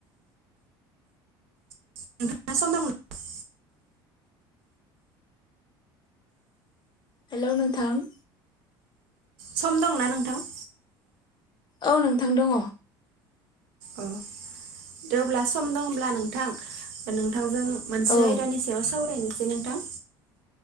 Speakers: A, on the right; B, on the left.
A: <inaudible>
B: हेल' नोंथां।
A: सम दंना नोंथां।
B: औ नोंथां दङ।
A: अ दे अब्ला सम दं होनब्ला नोंथां नोंथांजों मोनसे
B: औ
A: आयदानि सायाव सावरायनोसै नोंथां।